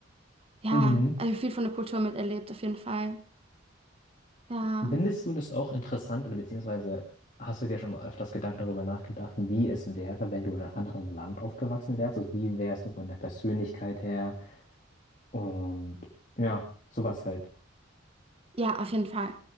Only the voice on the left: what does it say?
Mhm.
Findest du das auch interessant oder beziehungsweise hast du dir schon mal öfters Gedanken darüber nachgedacht, wie es wäre, wenn du in einem anderen Land aufgewachsen wärst? Also wie wärst du von der Persönlichkeit her und ja, sowas halt.